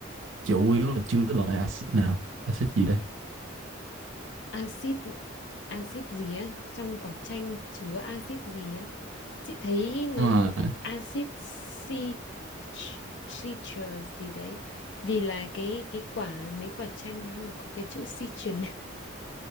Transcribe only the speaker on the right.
chủ yếu là chứa loại axit nào axit gì đây
đúng rồi,